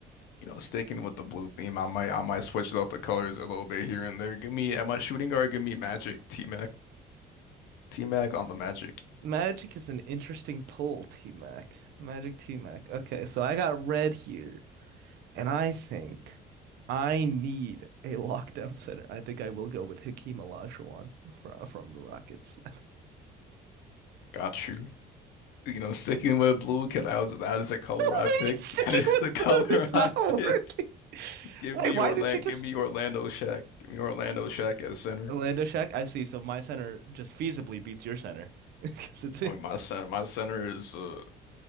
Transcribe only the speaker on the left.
you know sticking with the blue theme. I might I might switch up the colors a little bit here and there. Give me at my shooting guard. Give me Magic T-Mac T-Mac on the Magic.
Got you. You know, sticking with blue because that was that is the color
I
picked.
<laughs> That is
the color
I
picked. Give
me
Orlando.
Give me Orlando Shack. Give me Orlando Shack at center.
Boy, my center, my center is a